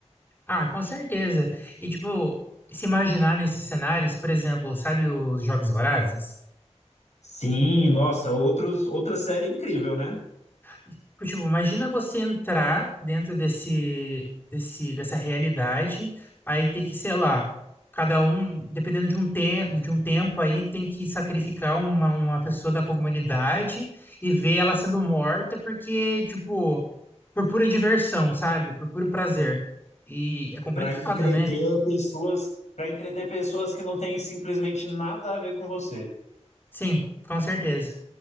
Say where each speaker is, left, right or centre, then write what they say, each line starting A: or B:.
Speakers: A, on the left; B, on the left.
A: Ah, com certeza. E, tipo, se imaginar nesses cenários, por exemplo, sabe os Jogos Vorazes?
B: Sim, nossa, outros, outra série incrível, né?
A: Tipo, tipo, imagina você entrar dentro desse, desse, dessa realidade, aí tem que, sei lá, cada um, dependendo de um, te de um tempo, aí tem que sacrificar uma, uma pessoa da comunidade e ver ela sendo morta, porque, tipo, por pura diversão, sabe? Por puro prazer. E é complicado,
B: para entreter
A: né?
B: pessoas, para entreter pessoas que não têm simplesmente nada a ver com você.
A: Sim, com certeza.